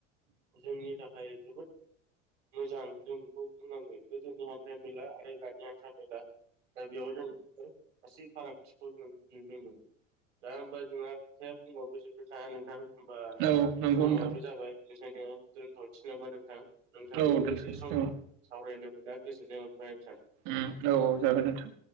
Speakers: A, on the right; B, on the right.
A: जोंनि थाखाय जोबोद मोजां जों बेखौ बुंनांगोन गोदोनि हान्थ मेला आरो दानि हान्था मेला दा बेयाव जों गासै फारागथिखौ जों नुनो मोनो दा होमबा जोंहा खोथाया बुंबाबो जोबनो थाङा नोंथां होमबा
B: औ नंगौ
A: समाबो
B: नोंथां
A: जाबाय बेखायनो दोनथ'नोसै नामा नोंथां नोंथांजों
B: औ दोनथ'
A: दसे
B: औ
A: सम सावरायनो मोनना गोजोननाय मोनबाय नोंथां
B: उम औ जागोन नोंथां